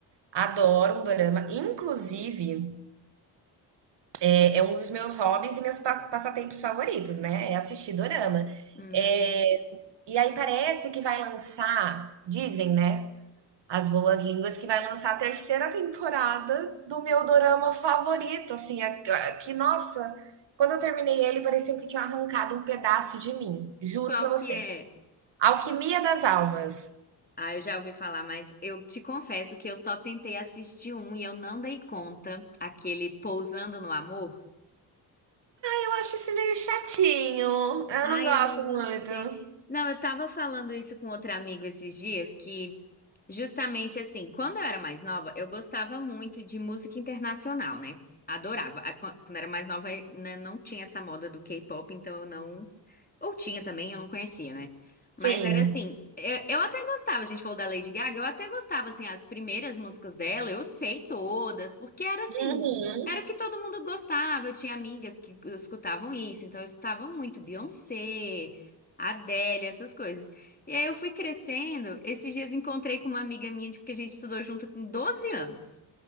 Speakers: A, on the right (about 75°); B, on the left (about 20°).
A: adoro um dorama. Inclusive, é, é um dos meus hobbies e meus pa- passatempos favoritos, né? É assistir dorama.
B: Hum,
A: É, e aí parece que vai lançar, dizem, né? As Boas Línguas, que vai lançar a terceira temporada do meu dorama favorito, assim, a- a- que, nossa, quando eu terminei ele, parecia que tinha arrancado um pedaço de mim, juro
B: qual
A: pra você.
B: que é?
A: Alquimia das Almas.
B: Ah, eu já ouvi falar, mas eu te confesso que eu só tentei assistir um e eu não dei conta, aquele Pousando no Amor.
A: Eu acho esse meio chatinho, eu
B: Ai,
A: não gosto
B: eu não
A: muito.
B: gostei. Não, eu tava falando isso com outro amigo esses dias, que justamente assim, quando eu era mais nova, eu gostava muito de música internacional, né? Adorava. A- Quando eu era mais nova, eh, né, não tinha essa moda do K-pop, então eu não ou tinha também, eu não conhecia, né? Mas
A: Sim.
B: era assim, eu, eu até gostava, a gente falou da Lady Gaga, eu até gostava, assim, as primeiras músicas dela, eu sei todas, porque era assim,
A: Uhum.
B: era o que todo mundo gostava, eu tinha amigas que escutavam isso, então eu escutava muito Beyoncé, Adele, essas coisas. E aí eu fui crescendo, esses dias encontrei com uma amiga minha, de- porque a gente estudou junto com 12 anos.